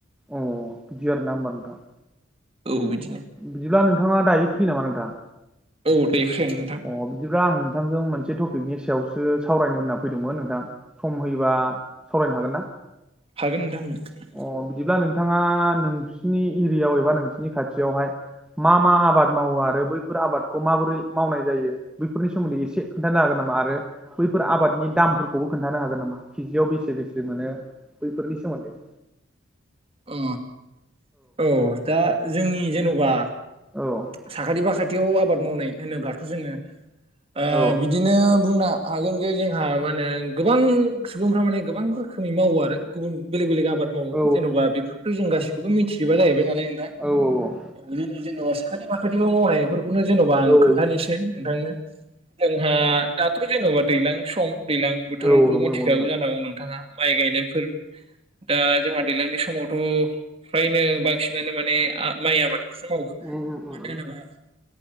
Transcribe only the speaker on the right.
औ बिदिनो।
औ दे फ्रियानो नोंथां।
हागोन नोंथां हागोन
अ औ दा जोंनि जेन'बा
साखाथि बाखाथियाव आबाद मावनाय होनोब्लाथ' जोङो ओ
बि दिनो बुंनो हा-हागोन जे जोंहा मा होनो गोबां सुबुंफ्रा माने गोबां रो रोखोमै मावो आरो गुबुन बेलेग बेलेग आबाद मावो
जेन'बा बेफोरखौथ' जों गासिखौबो मिनथिजोबा जाहैबाय नालाय नोंथां
बिदिनो जेनेबा साखाथि फाखाथिबो मावनायफोरखौनो जेन'बा आं
खोन्थानिसै नोंथांनो जोंहा दाथ' जेन'बा दैलां सम दैलां बोथोरावथ'
मिथिखागौ
जानांगौ नोंथांङा। माइ गायनायफोर दा जोंहा दैलांनि समावथ' फ्रायनो बांसि नानो माने आ माइ आबादखौसो मावो
मानो होनोबा